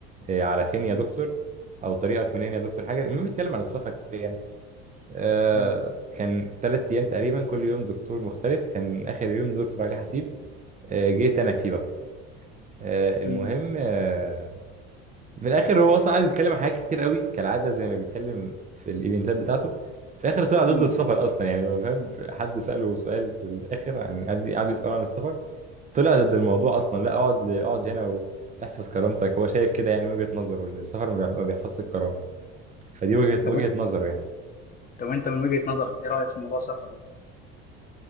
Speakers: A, on the right; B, on the left.
A: آه، على فين
B: أمم،
A: يا دكتور او طريقك منين يا دكتور حاجه المهم بيتكلم عن السفر يعني آه
B: أمم،
A: كان ثلاث ايام تقريبا كل يوم دكتور مختلف كان اخر يوم دكتور علي حسيب آه جيت انا فيه بقى آه المهم
B: أمم،
A: آه في الاخر هو اصلا عايز يتكلم عن حاجات كتير قوي كالعاده زي ما بيتكلم في الايفنتات بتاعته في الاخر طلع ضد
B: أمم.
A: السفر اصلا يعني هو فاهم حد ساله سؤال في الاخر عن قعدوا يسالوا عن السفر طلع ضد الموضوع اصلا لا اقعد اقعد هنا واحفظ كرامتك هو شايف كده يعني من وجهة نظره ان السفر ما بيح- ما بيحفظش الكرامة فدي وجهة
B: طب
A: وجهة
B: وانت
A: نظره يعني
B: طب وانت من وجهه نظرك ايه رايك في موضوع السفر ده؟